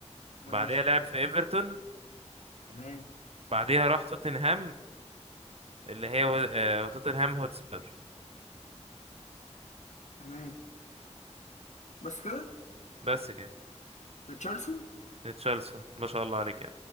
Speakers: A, on the left; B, on the right.
A: ماشي
B: بعديها لعب في ايفرتون
A: تمام
B: بعديها راح توتنهام اللي هي آه، توتنهام هوتسبير
A: تمام بس كده
B: بس كده
A: ريتشارلسون
B: تشارلسون ما شاء الله عليك